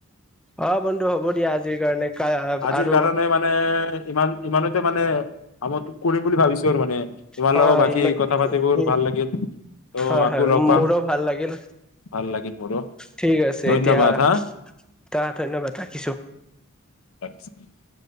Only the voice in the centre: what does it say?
অ', বন্ধু হ'ব দিয়া আজিৰ কাৰণে।
আৰু
হয়,
হয়
ইমা-উম,
হয়,
হয়
মোৰো ভাল লাগিল,
ঠিক আছে
এতিয়া
তা, ধন্যবাদ ৰাখিছোঁ।